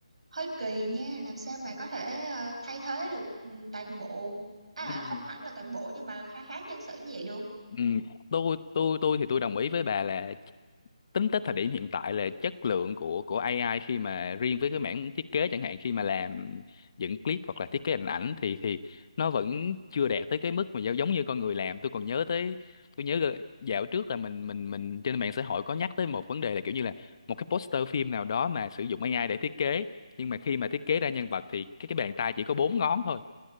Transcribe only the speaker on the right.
hơi kỳ nha làm sao mà có thể ờ, thay thế được ừ, toàn bộ à
à, không hẳn là toàn bộ nhưng mà khá khá nhân sự như vậy được